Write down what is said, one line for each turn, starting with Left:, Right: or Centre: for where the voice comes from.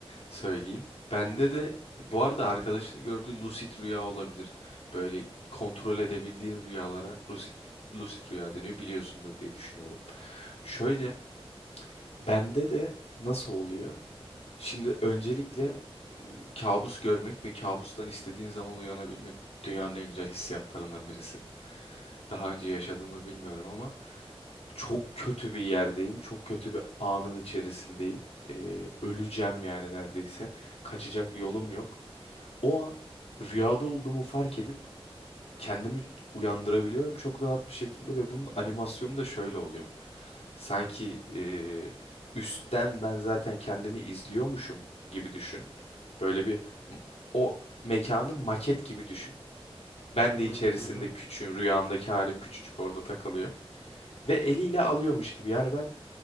Left: söyleyeyim. Bende de bu arada arkadaşını gördüğü lucid rüya olabilir. Böyle kontrol edebildiğin rüyalara lucid, lucid rüya deniyor biliyorsundur diye düşünüyorum. Şöyle bende de nasıl oluyor? Şimdi öncelikle e, kabus görmek ve kabustan istediğin zaman uyanabilmek dünyanın en güzel hissiyatlarından birisi. Daha önce yaşadım mı bilmiyorum ama çok kötü bir yerdeyim. Çok kötü bir anın içerisindeyim. Ee, öleceğim yani neredeyse. Kaçacak yolum yok. O an rüyada olduğumu fark edip kendimi uyandırabiliyorum çok rahat bir şekilde ve bunun animasyonu da şöyle oluyor. Sanki e, üstten ben zaten kendimi izliyormuşum gibi düşün. Böyle bir m- o mekanı maket gibi düşün. Ben
Right: Hı
Left: de
Right: hı
Left: içerisinde
Right: hı. hı.
Left: küçüğüm, rüyamdaki halim küçücük orada takılıyor. Ve eliyle alıyormuş gibi. Yani ben